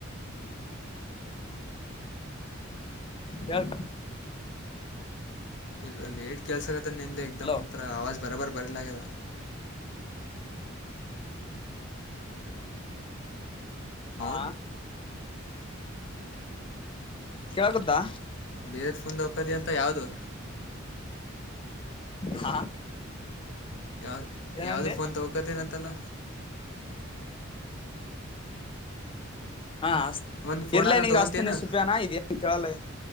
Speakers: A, on the left; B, on the left.
A: ಯಳ್
B: ಇಲ್ಲ ಲೇಟ್ ಕೇಲ್ಸಗತ್ತ ನಿಂದುಕ್ಗ್ತ್ರ
A: ಹಲೋ
B: ಆವಾಜ್ ಬರಾಬರ್ ಬರಲ ಆದ ಹೌ
A: ಆ ಕೇಳಕುದಾ
B: ಬೇರೆದ್ಫುಂದ್ ಹೋಗಕದಿ ಅಂತ ಯಾವ್ದದು
A: ಹಾ
B: ಯಾವ
A: ಏನಂದಿ
B: ಯಾವುದು ಫೋನ್ ತಗೋಕತ್ತೇನಂತಲ್ಲ
A: ಹ
B: ಒಂದು ಫೋನ್
A: ಇರ್ಲ
B: ಅದ
A: ನಿಂಗ
B: ತೊಗೊಂತೇನು
A: ಅಸ್ತನಿ ಸುಪ್ಯಾನ ಇದ ಕೇಳಲ್ಲ